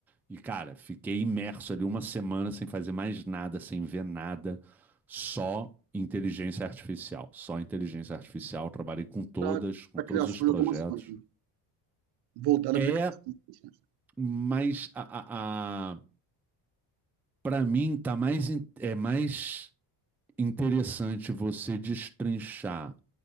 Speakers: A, in the centre; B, on the right.
A: e, cara, fiquei imerso ali uma semana sem fazer mais nada, sem ver nada só inteligência artificial, só inteligência artificial, trabalhei com todas,
B: Para
A: com
B: a
A: todos
B: criação
A: os projetos.
B: de automações, né? Voltada
A: É,
B: para a criação de automações.
A: mas a, a, a para mim tá mais é mais interessante você destrinchar